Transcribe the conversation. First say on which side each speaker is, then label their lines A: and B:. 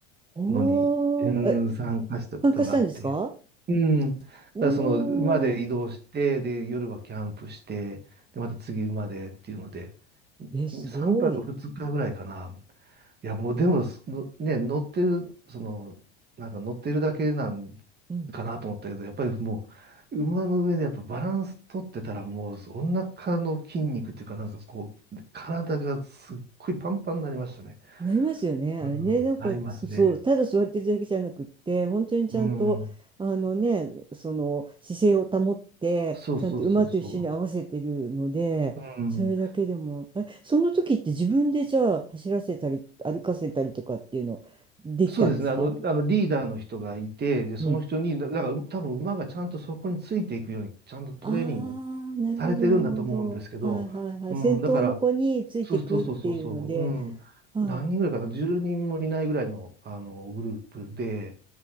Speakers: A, on the right; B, on the right.
A: おー。
B: のに、うん、
A: え、
B: 参加したことがあって、
A: 参加したんですか
B: うん。だからその馬で移動して、
A: おー。
B: で、夜はキャンプして、で、また次馬でっていうので、
A: え、すごい。
B: 3泊2日ぐらいかな。いや、もうでも、すのね、乗ってる、その、なんか乗ってるだけなん
A: うん
B: かなと思ったけど、やっぱりもう、馬の上でやっぱバランス取ってたら、もう、お腹の筋肉っていうか、なんかこう、体がすっごいパンパンになりましたね。
A: なりますよね。あれね、
B: うん、
A: なんかそう、
B: ありますね。
A: ただ座ってるだけじゃなくって、本当にちゃんと、
B: うん。
A: あのね、その姿勢を保って、
B: そうそうそうそ
A: ちゃんと馬と一緒に合わせてるので、
B: う。うん。うん
A: それだけでも、え、その時って自分でじゃあ走らせたり、歩かせたりとかっていうのできたんですか
B: そうですね。あの、あのリーダーの人がいて、で、その人に、
A: うん。
B: だだから多分馬がちゃんとそこについていくように、ちゃんとトレーニング
A: ああ、なるほど、
B: されてるんだと思うんですけど、
A: なるほど。はいはいはい。
B: うん、
A: 先頭の子についていくっていうので、
B: だから、そうそうそうそうそう、うん、
A: はい。
B: 何人ぐらいかな、10人もいないぐらいの、あのグループで、